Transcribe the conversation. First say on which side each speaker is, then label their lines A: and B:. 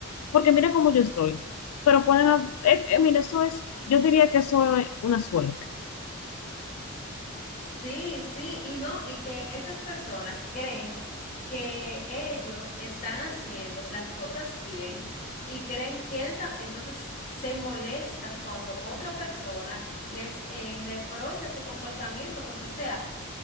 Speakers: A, on the left (about 80°); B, on the left (about 40°).
A: porque mira cómo yo estoy. Pero pueden, hab- eh, eh, mira, eso es, yo diría que eso es una suerte,
B: Sí, sí, y no, y que esas personas creen que ellos están haciendo las cosas bien y creen, quieren, ta- entonces se molestan cuando otra persona les eh, reprocha su comportamiento, porque o sea,